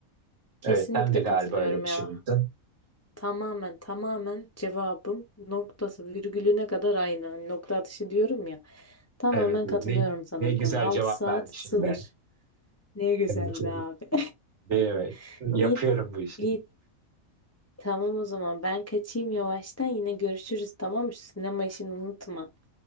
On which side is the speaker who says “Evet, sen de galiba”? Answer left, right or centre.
Right